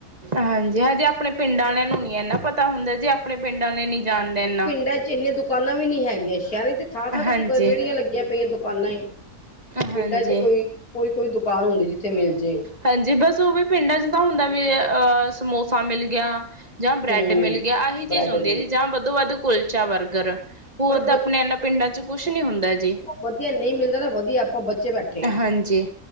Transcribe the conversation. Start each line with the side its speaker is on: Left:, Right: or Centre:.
Right: ਹਾਜੀ ਹਾ ਜੀ ਆਪਣੇ ਪਿੰਡ ਵਾਲਿਆਂ ਨੂੰ ਨੀ ਐਨਾ ਪਤਾ ਹੁੰਦਾ ਜੇ ਆਪਣੇ ਪਿੰਡ ਵਾਲੇ ਨੀ ਜਾਨਦੇ ਏਨਾ
Left: ਪਿੰਡ ਚ ਏਨੀਆਂ ਦੁਕਾਨਾਂ ਵੀ ਨੀ ਹੈਗੀਆਂ ਸੈ਼ਰਾਂ ਚ ਥਾਂ -ਥਾਂ ਤੇ
Right: ਹਾਂਜੀ
Left: ਦੁ ਰੇਹੜੀਆਂ ਲੱਗੀਆਂ ਪਈਆਂ ਦੁਕਾਨਾਂ ਏ
Right: ਹਾਂਜੀ
Left: ਪਿੰਡਾਂ ਚ ਤਾਂ ਕੋਈ, ਕੋਈ -ਕੋਈ ਦੁਕਾਨ ਹੁੰਦੀ ਜਿੱਥੇ ਮਿਲ ਜੇ
Right: ਹਾਂਜੀ ਬਸ ਓਵੀ ਪਿੰਡਾਂ ਚ ਤਾਂ ਹੁੰਦਾ ਵੀ, ਆ ਸਮੋਸਾ ਮਿਲ ਗਿਆ ਜਾਂ ਬ੍ਰੇਡ
Left: ਹੂੰ।
Right: ਮਿਲ ਗਿਆ ਆਹੀ
Left: ਬ੍ਰੈਡ
Right: ਚੀਜ਼ ਹੁੰਦੀ
Left: ਮਿਲ
Right: ਆ ਜੀ ਜਾਂ ਵੱਧੋ ਵੱਧ ਕੁਲਚਾ ਬਰਗਰ ਹੋਰ
Left: ਪਰ
Right: ਤਾਂ ਆਪਨੇ ਏਨਾ ਪਿੰਡਾਂ ਚ ਕੁਛ ਨੀ ਹੁੰਦਾ ਜੀ
Left: ਵਦੀਆ ਨਈ ਮਿਲਦਾ ਤ ਵਦੀਆ ਆਪਾਂ ਬਚੇ ਬੈਠੇ ਆ
Right: ਹਾਂਜੀ,